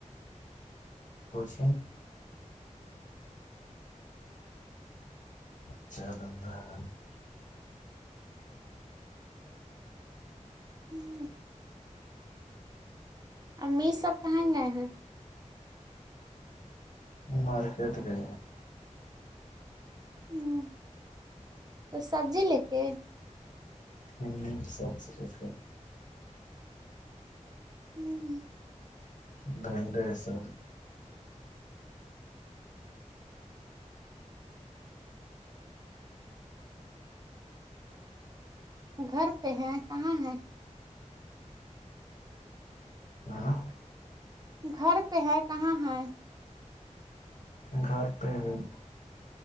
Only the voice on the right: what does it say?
<unintelligible> میز سب کہیں گئے ہیں
ہوں توچ سبزی لے کے
<unintelligible>
گھر پہ ہے کہاں ہیں
گھر پہ ہے کہاں ہے